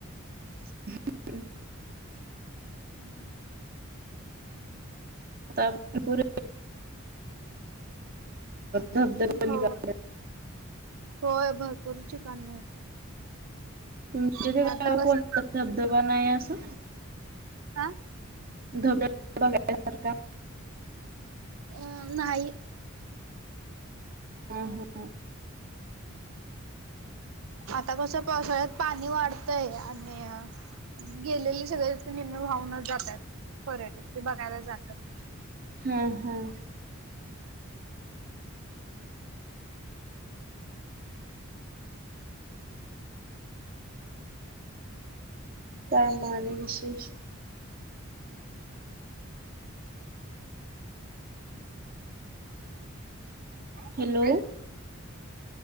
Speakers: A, on the right; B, on the right.
A: <unintelligible>
B: हम्म.
A: आ भरपूर धबधब निघालल्या
B: हो होय भरपूर ठिकाणी आहेत.
A: म्हजे
B: आणि
A: ते
B: आता कसं
A: कोणता धबधबा नाही असं.
B: आ.
A: <unintelligible>
B: अ नाही
A: हा हा. <inaudible>
B: आता कसं पावसाळ्यात पाणी वाढतंय आणि गेलेली सगळे निमन भावनच जातात पर्यटक ते बघायला जातात.
A: हम्म हम्म.
B: <unintelligible>
A: कामाणे विशेष हॅलो